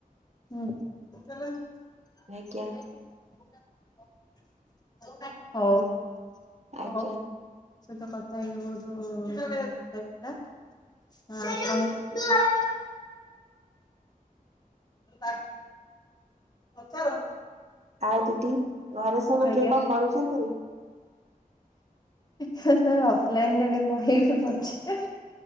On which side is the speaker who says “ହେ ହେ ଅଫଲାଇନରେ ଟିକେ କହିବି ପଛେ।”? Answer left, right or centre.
Left